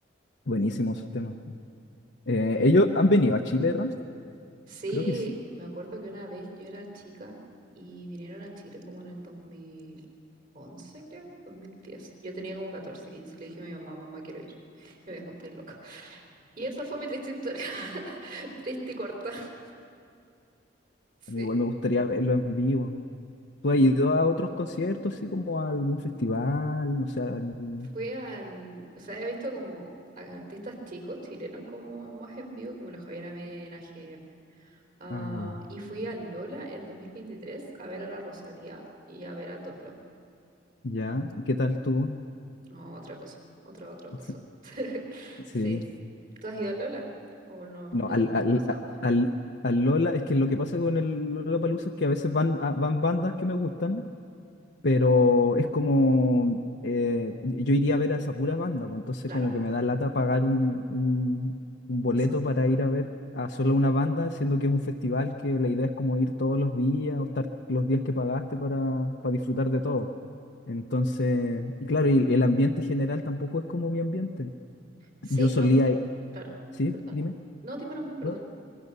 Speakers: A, on the left; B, on the right.
A: buenísimos esos temas. Eh, ¿ellos han venido a Chile, Ramstein?
B: Sí,
A: Creo que sí.
B: me acuerdo que una vez yo era chica y vinieron a Chile como en el dos mil once, creo, 2010. Yo tenía como 14, 15. y le dije a mi mamá, mamá, quiero ir. Y me dijo, estáis loca. Y esa fue mi triste historia, <laughs> triste y corta. <laughs> Sí,
A: A mí igual me gustaría verlo en vivo. ¿Tú has ido a otros conciertos, así como a algún festival? No sé, a algún-
B: fue al, o sea, he visto como a artistas chicos chilenos como más en vivo, como la Javiera Mena, Jepe. Am,
A: Ah, ya.
B: y fui al Lola el 2023 a ver a la Rosalía y a ver a Toplo.
A: Ya, ¿y ¿qué tal tú?
B: No, otra cosa, otra, otra cosa.
A: <laughs>
B: <laughs>
A: Sí,
B: Sí. ¿Tú has ido al Lola? ¿O no,
A: no,
B: no
A: al,
B: te gusta
A: al,
B: cómo se
A: a-
B: anda?
A: al, al Lola, es que lo que pasa con el Lollapalooza es que a veces van, a- van bandas que me gustan pero es como, eh, yo iría a ver a esa pura banda, pues entonces
B: Claro,
A: como que me da lata pagar un, un- un boleto
B: pase.
A: para ir a ver a solo una banda, siendo que es un festival que la idea es como ir todos los días o estar los días que pagaste para, para disfrutar de todo. Entonces, y claro, y el ambiente general tampoco es como mi ambiente.
B: Sí,
A: Yo solía,
B: no,
A: i-
B: claro,
A: sí,
B: perdón.
A: dime.
B: No, dime nomás, perdón.
A: ¿no?